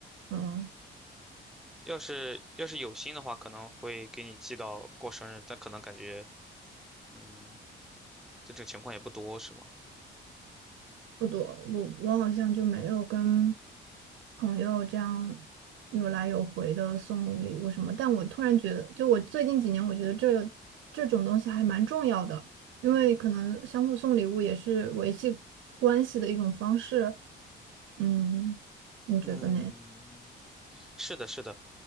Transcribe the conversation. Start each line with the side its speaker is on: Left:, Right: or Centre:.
Right: 嗯。
Centre: 要是要是有心的话，可能会给你寄到过生日，但可能感觉，嗯，这种情况也不多，是吗？
Right: 不多，我我好像就没有跟朋友这样有来有回的送礼物什么。但我突然觉得，就我最近几年，我觉得这这种东西还蛮重要的，因为可能相互送礼物也是维系关系的一种方式。嗯，你觉得呢？
Centre: 嗯，是的，是的。